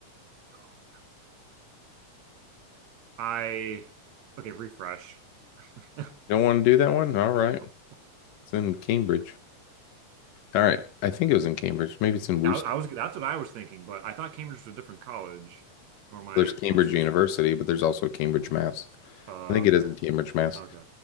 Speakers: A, on the right; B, on the left.
A: Oh. I okay, refresh. <laughs>
B: Don't want to do that one? All right.
A: No.
B: It's in Cambridge. All right. I think it was in Cambridge. Maybe it's in Worcester.
A: I, I was that's what I was thinking, but I thought Cambridge was a different college. Or am I
B: There's Cambridge
A: hallucinating?
B: University, but there's also Cambridge, Mass.
A: Oh,
B: I think
A: okay.
B: it is in Cambridge, Mass.
A: Okay.